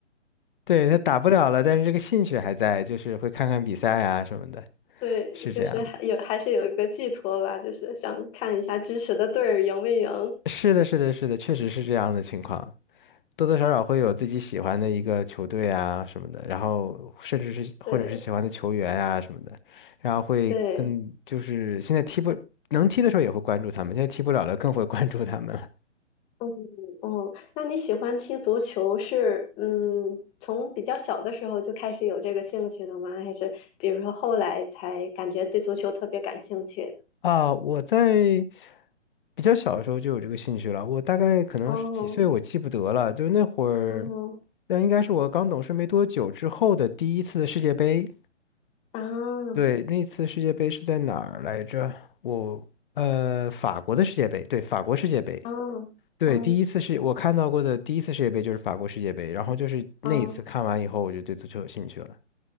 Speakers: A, on the left; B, on the left.
A: 对，他打不了了，但是这个兴趣还在，就是会看看比赛啊什么的，
B: <laughs> 对，
A: 是这样的。
B: 就是还有还是有一个寄托吧，就是想看一下支持的队儿赢没赢，
A: 是的，是的，是的，确实是这样的情况。多多少少会有自己喜欢的一个球队啊什么的，然后甚至是或者是喜欢的球员啊什么的，
B: 对
A: 然后会更就是现在踢不能踢的时候也会关注他们，
B: 对，
A: 现在踢不了了更会关注他们了
B: 嗯嗯，那你喜欢踢足球是嗯，从比较小的时候就开始有这个兴趣的吗？还是比如说后来才感觉对足球特别感兴趣的？
A: <laughs> 啊。我在比较小的时候就有这个兴趣了，我大概可能是几岁我记不得了，
B: 哦，
A: 就那会儿，
B: 嗯
A: 那应该是我刚懂事没多久之后的第一次世界杯。
B: 啊
A: 对，那次世界杯是在哪儿来着？我呃，法国的世界杯，对，法国世界杯。
B: 啊
A: 对，
B: 啊
A: 第一次是我看到过的第一次世界杯就是法国世界杯，然后就是那一次看完以后，
B: 啊，
A: 我就对足球有兴趣了。